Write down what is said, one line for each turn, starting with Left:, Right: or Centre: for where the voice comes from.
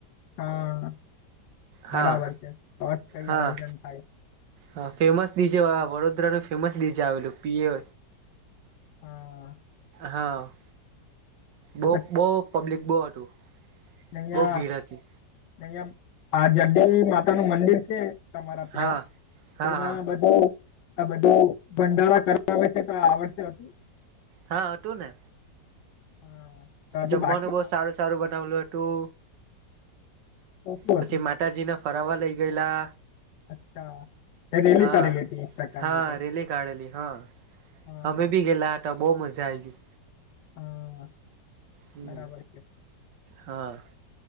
Left: હા બરાબર
Right: હા
Left: છે તો જ કઈ
Right: હા
Left: આયોજન થાય.
Right: હા ફેમસ ડીજે વડોદરાનું ફેમસ ડીજે આવેલું પીએ
Left: હા.
Right: હા.
Left: તો
Right: બહુ બહુ પબ્લિક બહુ હતું.
Left: અહીંયા
Right: બહુ ભીડ હતી
Left: અહીંયા આ <unintelligible> માતા નું મંદિર છે. તમારા ત્યાં
Right: હા હા
Left: એમાં
Right: હા
Left: બધું આ બધું ભડારા કરવા આવે છે તો આવડશે હતું.
Right: હા હતું ને.
Left: હા. તો હજુ
Right: જમવાનું
Left: બાકી
Right: બહુ સારું સારું બનાવલું હતું
Left: તો શું
Right: પછી
Left: હતું
Right: માત માતાજીને ફરાવા લઈ ગયેલા.
Left: અચ્છા એ રેલી
Right: હા
Left: કરેલી હતી એક પ્રકારની
Right: હા
Left: કઈ.
Right: રેલી કાઢેલી હા.
Left: હા
Right: અમે બી ગેલા હતા બઉ મજા આવી.
Left: હા
Right: હમ્મ
Left: બરાબર છે
Right: હા.